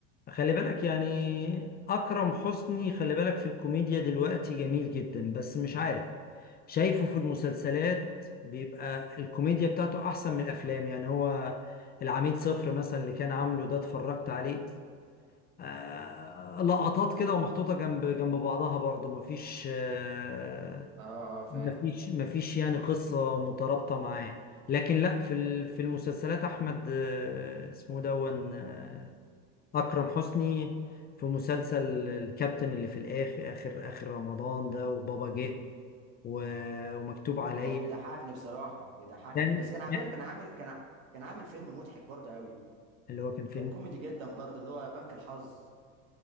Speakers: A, on the left; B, on the right.
A: خلي بالك يعني اكرم حسني خلي بالك في الكوميديا دلوقتي جميل جدا بس مش عارف شايفه في المسلسلات بيبقى الكوميديا بتاعته احسن من الافلام يعني هو العميد صفر مثلا اللي كان عامله ده اتفرجت عليه آه لقطات كده ومحطوطة جنب جنب بعضها برضو مفيش آه
B: اه اه فاهم
A: مفيش مفيش يعني قصة مترابطة معاه لكن لا في ال- في المسلسلات أحمد آه، اسمه دون آه، أكرم حسني في مسلسل الكابتن اللي في الآخر آخر آخر رمضان ده وبابا جه و- ومكتوب عليا
B: هو بيضحكني بصراحه بيضحكني
A: كان
B: بس كان على
A: كان-
B: فكره كان عامل كان ع- كان عامل فيلم مضحك برضه قوي
A: اللي هو كان فيلم
B: كان كوميدي جدا برضه اللي هو بنك الحظ